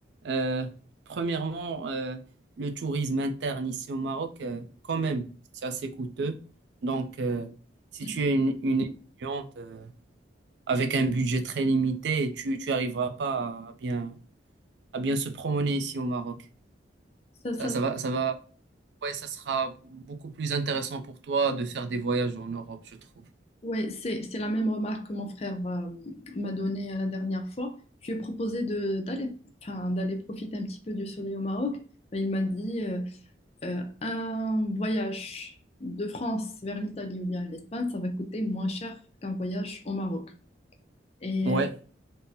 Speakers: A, on the right (about 70°); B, on the left (about 35°).
A: Euh, premièrement, euh, le tourisme interne ici au Maroc, euh, quand même, c'est assez coûteux. Donc, euh, si
B: Mm.
A: tu es une, une étudiante euh, avec un budget très limité, tu, tu arriveras pas à bien, à bien se promener ici au Maroc.
B: Ça,
A: Ça,
B: ça-
A: ça va, ça va Ouais, ça sera beaucoup plus intéressant pour toi de faire des voyages en Europe, je trouve.
B: ouais, c'est, c'est la même remarque que mon frère euh, m'a donnée euh, la dernière fois. Je lui ai proposé de, d'aller, enfin, d'aller profiter un petit peu du soleil au Maroc. Et il m'a dit, euh, Euh, un voyage de France vers l'Italie ou bien l'Espagne, ça va coûter moins cher qu'un voyage au Maroc. Et,
A: Ouais,